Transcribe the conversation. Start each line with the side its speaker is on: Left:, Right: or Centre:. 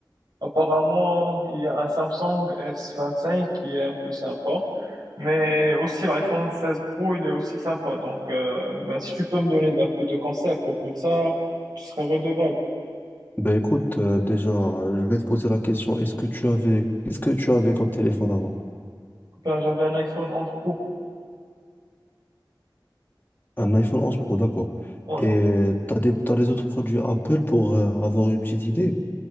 Right: Apparemment, il y a un Samsung S25 qui est un peu sympa, mais aussi l'iPhone 16 Pro, il est aussi sympa. Donc, euh, ben, si tu peux me donner un peu de conseils à propos de ça, tu serais redevable.
Left: Ben écoute, euh, déjà, je vais te poser la question. Est-ce que tu avais, qu'est-ce que tu avais comme téléphone avant?
Right: Ben, j'avais un iPhone 11 Pro,
Left: Un iPhone 11 Pro, d'accord.
Right: ouais.
Left: Et t'as des, t'as les autres produits Apple pour euh, avoir une petite idée?